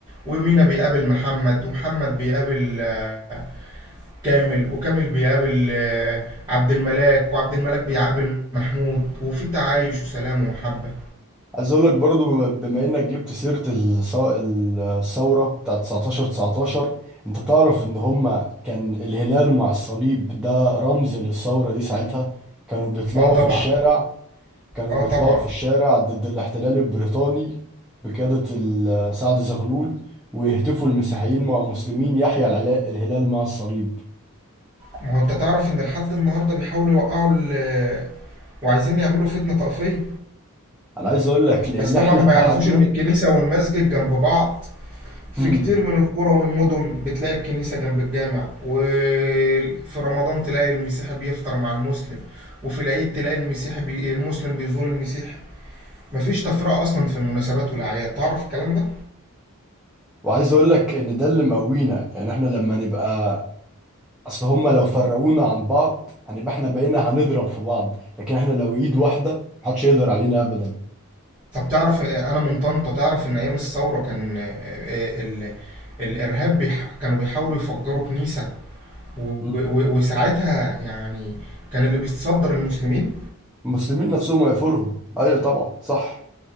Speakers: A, on the right (about 20°); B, in the centre.
A: ومينا بيقابل محمد ومحمد بيقابل آه، كامل وكامل بيقابل آه، عبد الملاك وعبد الملاك بيقابل محمود وفي تعايش وسلام ومحبة
B: عايز اقول لك برضو بما انك جبت سيرة الص- الثورة بتاعت 19 19 انت تعرف ان هما كان الهلال مع الصليب ده رمز للثورة دي ساعتها كانوا بيطلعوا
A: اه طبعا
B: في الشارع كانوا
A: اه
B: بيطلعوا
A: طبعا
B: في الشارع ضد الاحتلال البريطاني بقيادة ال- سعد زغلول ويهتفوا المسيحيين مع المسلمين يحيى العلا- الهلال مع الصليب
A: ما هو انت تعرف ان لحد النهارده بيحاولوا يوقعوا ال- وعايزين يعملوا فتنة طائفية
B: انا عايز اقول لك لان
A: بس طبعا
B: احنا
A: ما
B: اتحدنا
A: يعرفوش ان الكنيسة والمسجد جنب بعض في
B: <laughs>
A: كتير من القرى والمدن بتلاقي الكنيسة جنب الجامع وفي رمضان تلاقي المسيحي بيفطر مع المسلم وفي العيد تلاقي المسيحي بي... المسلم بيزور المسيحي مفيش تفرقة أصلا في المناسبات والأعياد تعرف الكلام ده؟
B: وعايز اقول لك ان ده اللي مقوينا يعني احنا لما نبقى اصل هما لو فرقونا عن بعض هنبقى احنا بقينا هنضرب في بعض لكن احنا لو ايد واحده محدش يقدر علينا ابدا
A: طب تعرف آه، أنا من طنطا تعرف إن أيام الثورة كان آه، آه، ال... الإرهاب بيح... كانوا بيحاولوا يفجروا كنيسة و...
B: مم.
A: و... وساعتها يعني كان اللي بيتصدر المسلمين
B: المسلمين نفسهم ويقفلهم ايوه طبعا صح